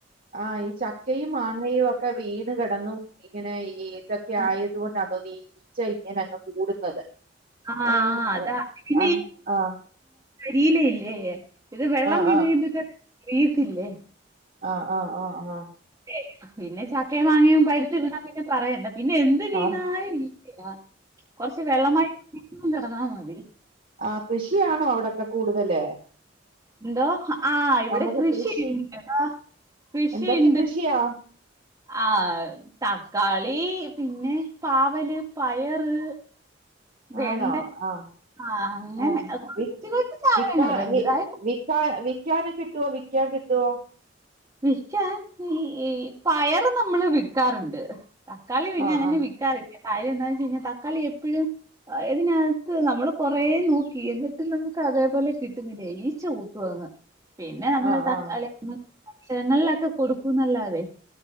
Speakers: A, on the right; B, on the right.
A: ആ ഈ ചക്കയും മാങ്ങയും ഒക്കെ വീണ് കിടന്നും ഇങ്ങനെ ഈ ഇതൊക്കെ
B: ആഹ്
A: ആയതുകൊണ്ടാണോ നീ, ഈച്ച ഇങ്ങന അങ്ങ് കൂടുന്നത്
B: ആ
A: ഏഹ്
B: അതാ ഇ
A: ആഹ് ആഹ്
B: വീല ഇല്ലേ ഇത് വെള്ളം
A: ആഹ്
B: വീണ് കഴിയുമ്പഴത്തേന് വീയ്യത്തില്ലേ
A: ആഹ്‌ ആഹ്‌ ആഹ്‌ ആഹ്‌
B: <unintelligible> പിന്നെ ചക്കേം മാങ്ങയും പഴുത്തു വീണ പിന്നെ പറയണ്ട ന്നെ എന്ത് വീണായിരി
A: ആഹ്
B: ആഹ് കൊറച്ച് വെള്ളമായി <unintelligible> ആഹ് അവിര്
A: ആ കൃഷിയാണോ അവിടൊക്കെ കൂടുതല്
B: എന്തോ ആഹ ഇവിടെ
A: നമുക്ക്
B: കൃഷിണ്ട്
A: കൃഷി
B: കൃഷിണ്ട്
A: എന്തൊക്കെ കൃഷിയാ
B: ആ തക്കാളി പിന്നെ പാവല് പയറ് വെണ്ട
A: ആണോ ആ
B: ആഹ് അങ്ങനെ
A: ആ
B: കൊറച്ച്
A: വി
B: കൊറച്ച് സാധനങ്ങള്
A: വിക്കാ
B: വലുതായ
A: വി വിക്കാന വിക്കാനൊക്കെ കി ട്ടുവോ വിക്കാൻ കിട്ടുവോ
B: വിക്കാ ഈ പയറ് നമ്മള് വിക്കാറുണ്ട് തക്കാളി പിന്നെ
A: ആഹ്
B: അങ്ങനെ
A: ആഹ്
B: വിക്കാറില്ല കാര്യം എന്താന്ന് വെച്ച് കഴിഞ്ഞാ തക്കാളി എപ്പോഴും ഇതിനകത്ത് നമ്മള് കൊറേ നോക്കി എന്നിട്ട് നമുക്ക് അതേപോലെ കിട്ടുന്നില്ല ഈച്ച കുത്തകങ്ങ് പിന്നെ നമ്മള്
A: ആഹ്
B: തക്കാളി
A: ആഹ്
B: ജനൽലൊക്കെ കൊടുക്കൂന്നല്ലാതെ